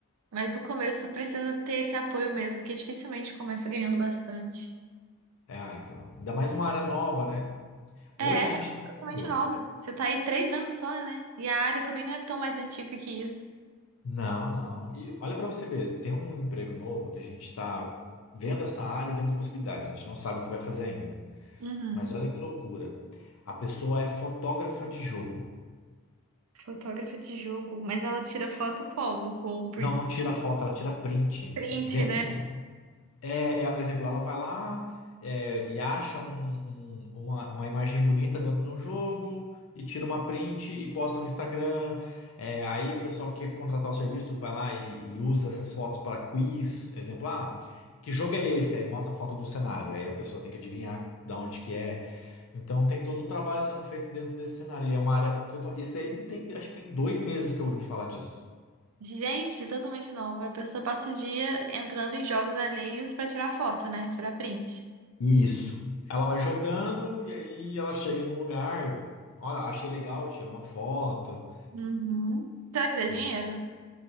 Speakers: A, on the right; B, on the left.
A: Mas no começo precisa ter esse apoio mesmo, porque dificilmente começa ganhando bastante.
B: é, ah, então, ainda mais uma área nova, né? Hoje
A: É,
B: a gente
A: é
B: tá
A: totalmente
B: vendo.
A: nova. Você tá aí três anos só, né? E a área também não é tão mais antiga que isso.
B: Não, não. E olha para você ver, tem um emprego novo que a gente está vendo essa área e vendo possibilidades. A gente não sabe o que vai fazer ainda.
A: Uhum.
B: Mas olha que loucura. A pessoa é fotógrafa de jogo.
A: Fotógrafa de jogo. Mas ela tira foto como? Com print,
B: Não, não tira foto, ela tira print.
A: print,
B: Dentro
A: né?
B: do jogo. É, é, exemplo, ela vai lá é, e acha um- um- uma, uma imagem bonita dentro de um jogo e tira uma print e posta no Instagram. É, aí o pessoal que quer contratar o serviço vai lá e, e usa essas fotos para quiz. Exemplo, ah, que jogo é esse? Aí mostra a foto do cenário. Aí a pessoa tem que adivinhar de onde que é. Então tem todo um trabalho sendo feito dentro desse cenário. E é uma área total. Isso aí não tem, acho que tem dois meses que eu ouvi falar disso.
A: Gente, totalmente nova. A pessoa passa o dia entrando em jogos alheios pra tirar foto, né? Tirar print.
B: Isso. Ela vai jogando e aí ela chega num lugar, olha, achei legal, tira uma foto.
A: Uhum. Será que dá dinheiro?
B: E,